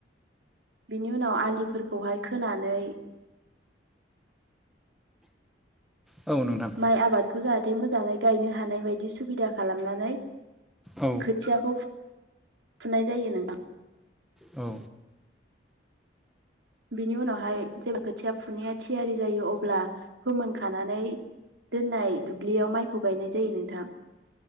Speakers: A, on the right; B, in the centre.
A: बिनि उनाव आलि फोरखौहाय खोनानै
B: औ नोंथां
A: माइ आबादखौ जाहाथे थे मोजाङै गायनो हानाय बायदि सुबिदा खालामनानै
B: औ
A: खोथियाखौ फु फुनाय जायो नों
B: औ
A: बिनि उनावहाय जेब्ला खोथिया फुनाया थियारि जायो अब्ला फोमोनखानानै दोननाय दुब्लियाव माइखौ गायनाय जायो नोंथां।